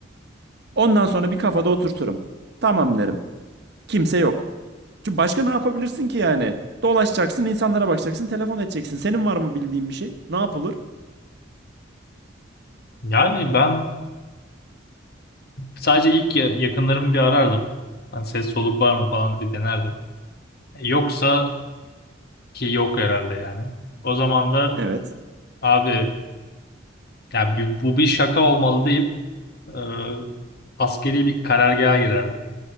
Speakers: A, on the right (about 60°); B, on the left (about 55°).
A: Ondan sonra bir kafada oturturum. Tamam derim. Kimse yok. Çünkü başka ne yapabilirsin ki yani? Dolaşacaksın, insanlara bakacaksın, telefon edeceksin. Senin var mı bildiğin bir şey? Ne yapılır?
B: Yani ben sadece ilk ya- yakınlarımı bir arardım. Hani ses soluk var mı falan bir denerdim. Yoksa ki yok herhalde yani. O zaman da
A: Evet,
B: abi yani bir- bu bir şaka olmalı deyip e, askeri bir karargaha girerdim.